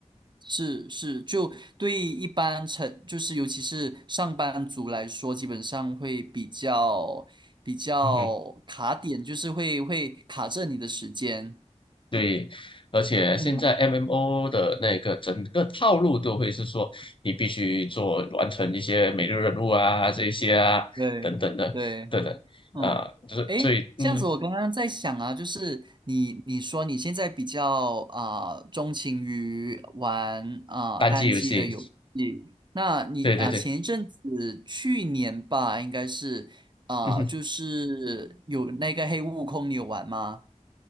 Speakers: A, on the right (about 35°); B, on the left (about 40°).
A: 是是，就对于一般成，就是尤其是上班族来说，基本上会比较比较卡点，
B: 嗯哼，
A: 就是会会卡着你的时间。
B: 对，而且现在
A: 嗯，
B: MMO 的那个整个套路都会是说，你必须做完成一些每日任务啊，这一些啊，
A: 对对。
B: 等等的，等等，
A: 嗯，
B: 啊，就是所以嗯，
A: 诶，这样子，我刚刚在想啊，就是你你说你现在比较啊、呃钟情于玩啊、
B: 单机游戏，
A: 呃单机的游戏，那你啊、
B: 对对对，
A: 呃前一阵子去年吧，应该是啊、
B: 嗯哼。
A: 呃就是有那个黑悟空，你有玩吗？